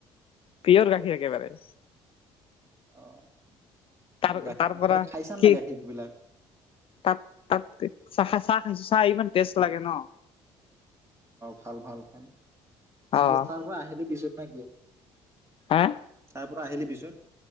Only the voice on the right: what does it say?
অ
গাখীৰ
তাতে খাইছা নাই
গাখীৰ বিলাক
ভাল ভাল অ ঠিক
আছে তাৰ পৰা আহিলে বিচত ন কিয়
তাৰ পৰা আহিলি পিছত